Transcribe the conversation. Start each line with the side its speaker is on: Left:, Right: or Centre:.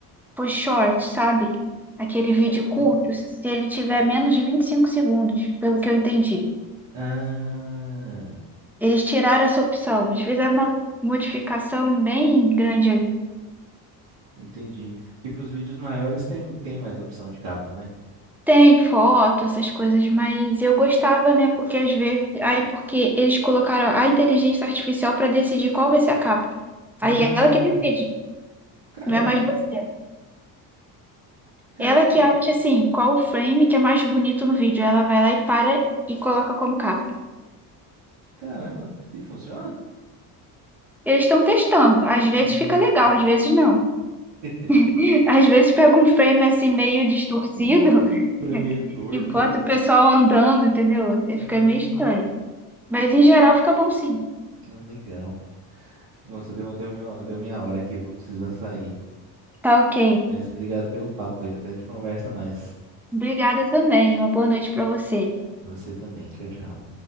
Centre: for short, sabe? Aquele vídeo
Right: caramba.
Centre: curto, se ele tiver menos de 25 segundos, pelo que eu entendi.
Right: Ah,
Centre: Eles tiraram essa opção, eles fizeram uma modificação bem grande ali.
Right: entendi. Que para os vídeos maiores tem tem mais opção de capa, né?
Centre: Tem foto, essas coisas, mas eu gostava, né? Porque às vezes. Aí, porque eles colocaram a inteligência artificial para decidir qual vai ser a capa.
Right: Ah,
Centre: Aí é ela que decide,
Right: caramba,
Centre: não é mais você.
Right: caramba,
Centre: Ela que acha, assim, qual o frame que é mais bonito no vídeo. Ela vai lá e para e coloca como capa.
Right: caramba. E funciona?
Centre: Eles estão testando. Às vezes
Right: É.
Centre: fica legal, às vezes não.
Right: <laughs>
Centre: <laughs> Às vezes pega um frame, assim, meio distorcido
Right: Hum, Falei meio
Centre: <laughs>
Right: torto.
Centre: e bota o pessoal andando, entendeu? Aí
Right: É.
Centre: Fica meio estranho. Mas em geral fica bom sim.
Right: Ah, legal. Nossa, deu, deu, meu, deu minha hora aqui, vou precisar sair.
Centre: Tá ok.
Right: Mas obrigado pelo papo aí, depois a gente conversa mais.
Centre: Obrigada também. Uma boa noite para você.
Right: Você também, tchau, tchau.